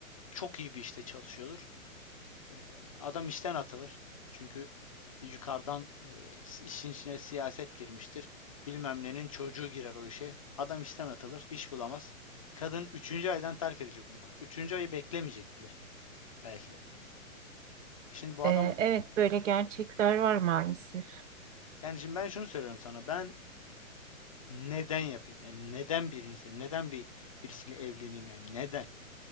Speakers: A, on the left; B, on the right.
A: çok iyi bir işte çalışıyordur. Ee, Adam işten atılır. Çünkü yukarıdan e, işin içine siyaset girmiştir. Bilmem nenin çocuğu girer o işe. Adam işten atılır, iş bulamaz. Kadın üçüncü aydan terk edecek onu. Bak üçüncü ayı beklemeyecek bile belki de. Şimdi bu
B: Ee,
A: adam
B: evet böyle gerçekler var maalesef.
A: yani şimdi ben şunu söylüyorum sana. Ben neden yapayım? Yani neden birini seveyim? Neden bir birisiyle evleneyim yani? Neden?